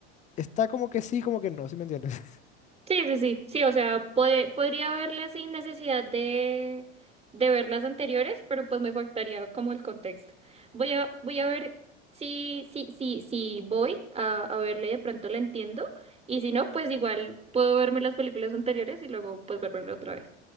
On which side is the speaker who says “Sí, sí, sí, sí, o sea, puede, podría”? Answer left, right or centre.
Right